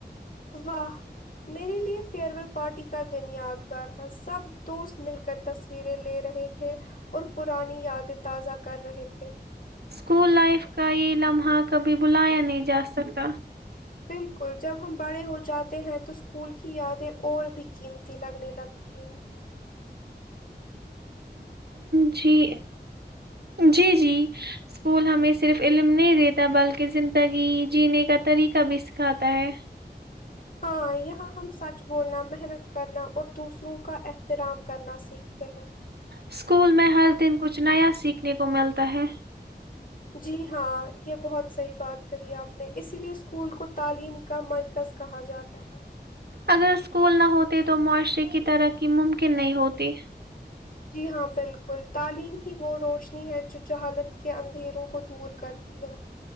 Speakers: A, on the left (about 50°); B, on the right (about 65°).
A: واہ میرے لیے فیئر ویل پارٹی کا دن یاد تھا سب دوست مل کر تصویریں لے رہے تھے اور پرانی یادیں تازہ کر رہے تھے
B: اسکول لائف کا یہ لمحہ کبھی بلایا نہیں جاسکتا
A: بالکل جب ہم بڑے ہوتے جاتے ہیں تو اسکول کی یادیں اور بھی قیمتی لگنے لگتی ہیں
B: جی جی جی اسکول ہمیں صرف علم نہیں دیتا بلکہ زندگی جینے کا طریقہ بھی سکھاتا ہے
A: ہاں یہاں ہم سچ بولنا محنت کرنا اردو دوسروں کا احترام کرنا سیکھتے ہیں
B: اسکول میں ہر دن کچھ نیا سیکھنے کو ملتا ہے
A: جی ہاں یہ بہت صحیح بات کہی آپ نے اسی لیے اسکول کو تعلیم کا مرکز کہا جاتا ہے
B: اگر اسکول نہ ہوتے تو معاشرے کی ترقی ممکن نہیں ہوتی
A: جی ہاں بالکل تعلیم کی وہ روشنی ہے جو جہالت کے اندھیروں کو دور کرتی ہے